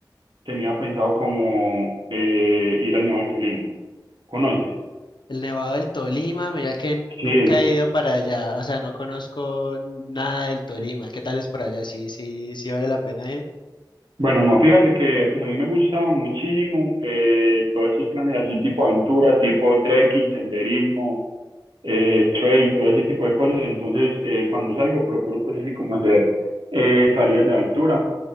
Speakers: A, on the right; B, on the left.
A: tenía pensado como eh, ir al Nevado del Tolima, ¿conoces?
B: El Nevado del Tolima, mira que n- nunca
A: Sí,
B: he ido para allá, o sea, no conozco nada del Tolima. ¿Qué tal es por allá? Sí, sí, sí vale la pena ir.
A: Bueno, no, fíjate que pues a mí me gusta muchísimo eh, todos esos planes así tipo aventura, tipo trekking, senderismo, eh, trail, todo ese tipo de cosas. Entonces, eh, cuando salgo procuro pues así como hacer eh, salidas de aventura.